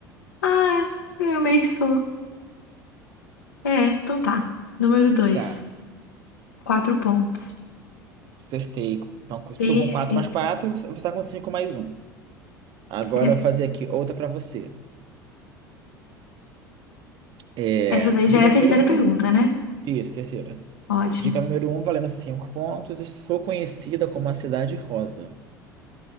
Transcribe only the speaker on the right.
Tá,
acertei. Então, estou
com 4 mais 4, você está com 5 mais um. Agora
eu vou fazer aqui outra para você. É,
dica
número
um,
isso, terceira.
Dica número um valendo 5 pontos. Sou conhecida como a Cidade Rosa.